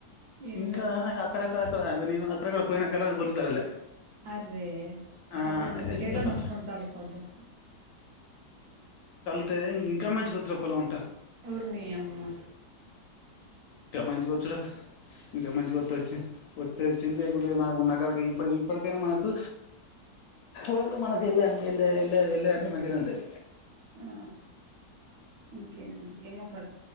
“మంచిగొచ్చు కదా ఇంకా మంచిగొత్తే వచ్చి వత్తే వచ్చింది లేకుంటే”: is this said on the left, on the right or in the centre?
Left